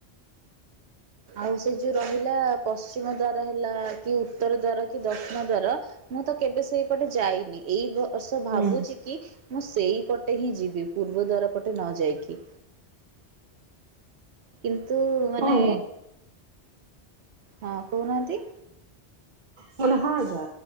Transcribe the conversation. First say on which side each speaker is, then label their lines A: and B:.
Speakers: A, on the right; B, on the right.
A: ଆଉ ସେ ଯେଉଁ ରହିଲା ପଶ୍ଚିମ ଦ୍ୱାର ହେଲା କି ଉତ୍ତର ଦ୍ୱାର କି ଦକ୍ଷିଣ ଦ୍ୱାର ମୁଁ ତ କେବେ ସେଇପଟେ ଯାଇନି ଏଇ ବର୍ଷ
B: ହଁ
A: ଭାବୁଛି
B: ହଁ
A: କି ମୁଁ ସେଇପଟେ ହିଁ ଯିବି, ପୂର୍ବ ଦ୍ଵାର ପଟେ ନ ଯାଇକି। କିନ୍ତୁ ମାନେ
B: ହଁ ହେଲା
A: ହଁ କହୁନାହାନ୍ତି।
B: ମାନେ ହଁ ଯା